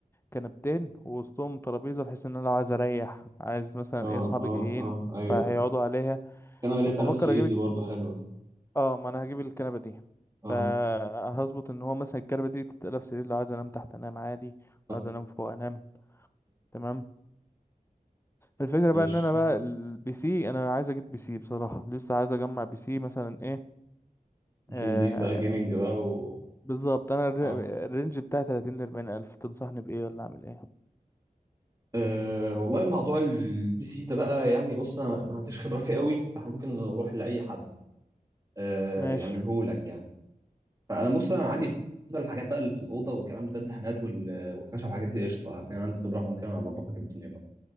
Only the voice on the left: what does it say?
كنبتين ووسطهم ترابيزه بحيث ان انا لو عايز اريح عايز مثلا
ايه صحابي
جايين
فهيقعدوا عليها
وبفكر
اجيب
اه ما انا هجيب الكنبه دي
فهظبط ان هو مثلا الكنبه دي تتقلب سرير لو عايز انام تحت انام عادي
لو عايز انام فوق انام تمام الفكره
بقى ان انا بقى البي سي انا عايز اجيب بي سي بصراحه لسه عايز اجمع بي سي مثلا ايه
آه
بالظبط انا الر-
الرينج بتاعي 30 ل 40 الف تنصحني بايه ولا اعمل ايه
ماشي
ماشي